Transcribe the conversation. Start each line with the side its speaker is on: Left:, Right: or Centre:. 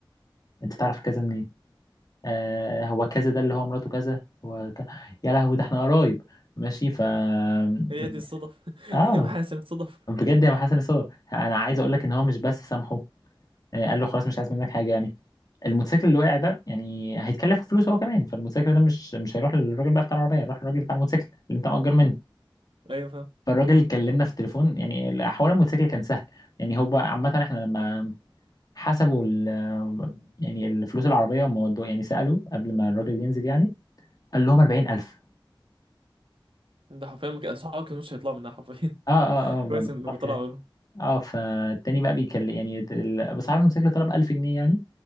Left: انت تعرف كذا منين آه هو كذا ده اللي هو مراته كذا هو ك... يا لهوي ده احنا قرايب ماشي ف يعني-
Right: هي دي الصدف
Left: اه
Right: <laughs> محاسن الصدف
Left: بجد يا حسن الصدف انا عايز اقول لك ان هو مش بس سامحه آه، قال له خلاص مش عايز منك حاجه يعني الموتوسيكل اللي وقع ده يعني هيتكلف فلوس هو كمان فالموتوسيكل ده مش مش هيروح للراجل بقى بتاع العربيه هيروح للراجل بتاع الموتوسيكل اللي انت مأجر منه
Right: ايوه فاهم
Left: فالراجل كلمنا في التليفون يعني حوار الموتوسيكل كان سهل يعني هو عامه احنا لما حسبوا ال... يعني الفلوس العربيه هم ودوا- يعني سالوا قبل ما الراجل ينزل يعني قال لهم 40000
Right: ده حرفيا مك- صحابك مش هيطلعوا منها حرفيا
Left: اه اه
Right: <laughs>
Left: اه ما
Right: كويس
Left: بالظبط
Right: انه طلع
Left: يعني
Right: منها
Left: اه فالتاني بقى بيكلم يعني ال- بس عارف الموتوسيكل طلب 1000 جنيه يعني